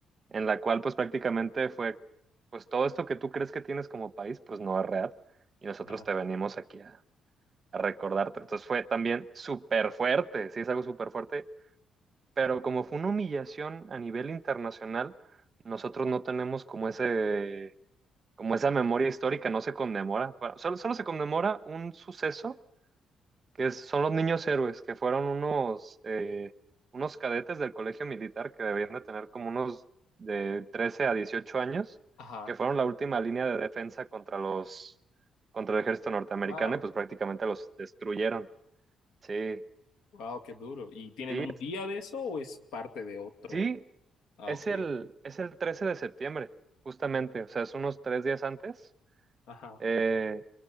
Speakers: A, on the right (about 40°); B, on the left (about 80°).
A: en la cual pues prácticamente fue, pues todo esto que tú crees que tienes como país, pues no es real. Y nosotros
B: Ajá.
A: te venimos aquí a, a recordarte. Entonces fue también súper fuerte, sí, es algo súper fuerte pero como fue una humillación a nivel internacional, nosotros no tenemos como ese, como esa memoria histórica, no se conmemora. Bueno, solo, solo se conmemora un suceso que es- son los niños héroes, que fueron unos, eh, unos cadetes del colegio militar que debían de tener como unos de 13 a 18 años,
B: Ajá.
A: que fueron la última línea de defensa contra los, contra el ejército norteamericano
B: Wow.
A: y pues prácticamente los destruyeron. Sí,
B: Wow, qué duro. ¿Y tienen
A: sí,
B: un día de eso o es parte de otro?
A: sí,
B: Ah,
A: Es
B: ok.
A: el, es el 13 de septiembre, justamente, o sea, es unos tres días antes.
B: Ajá,
A: Eh,